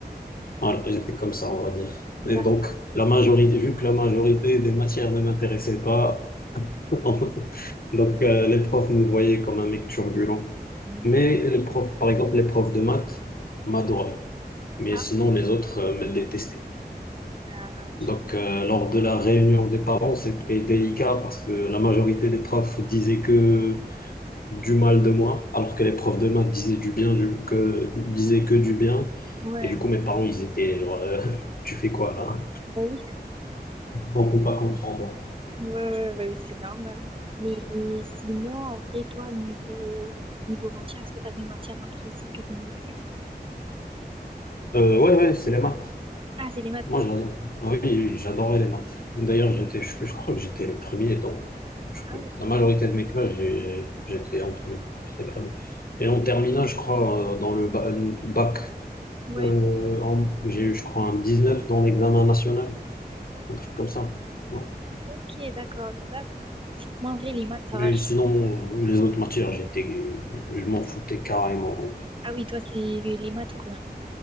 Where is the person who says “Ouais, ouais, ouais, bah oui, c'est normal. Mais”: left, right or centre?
Right